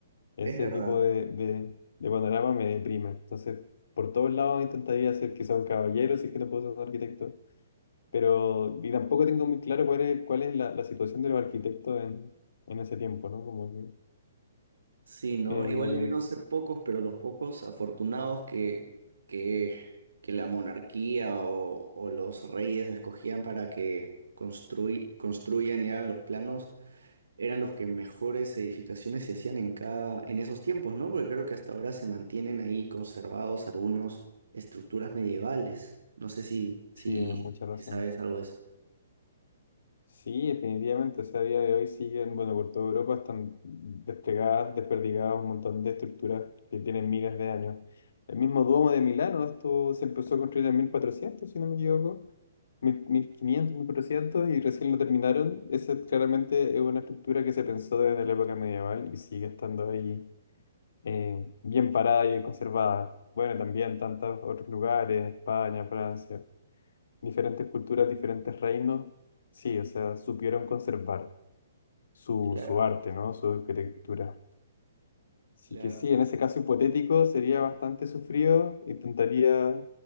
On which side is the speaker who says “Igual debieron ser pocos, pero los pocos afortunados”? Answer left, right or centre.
Right